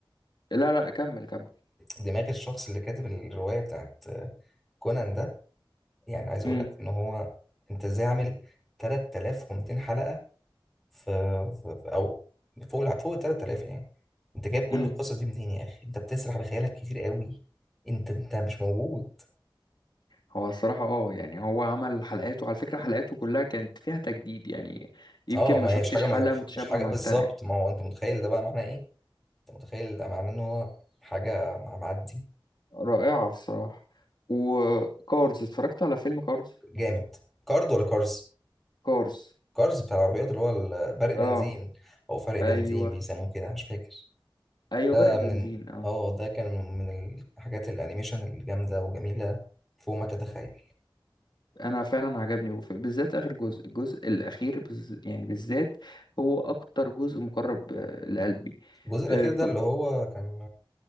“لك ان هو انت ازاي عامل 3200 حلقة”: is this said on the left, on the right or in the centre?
Centre